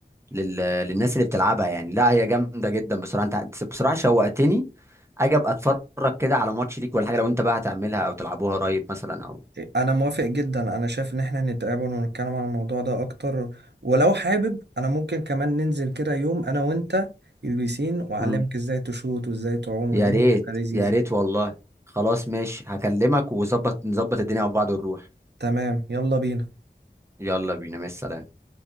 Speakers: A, on the right; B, on the right.
A: لل... للناس اللي بتلعبها يعني لا هي جامده جدا بصراحه انت أنت بصراحه شوقتني اجي ابقى اتفرج كده على ماتش ليك ولا حاجه لو انت بقى هتعملها او تلعبوها قريب مثلا او
B: انا موافق جدا انا شايف ان احنا نتقابل ونتكلم عن الموضوع ده اكتر ولو حابب انا ممكن كمان ننزل كده يوم انا وانت البسين واعلمك
A: مم.
B: ازاي تشوط وازاي تعوم والدنيا
A: يا ريت
B: تبقى لذيذة
A: يا ريت والله خلاص ماشي هكلمك وظبط نظبط الدنيا مع بعض ونروح
B: تمام يلا بينا
A: يلا بينا مع السلامه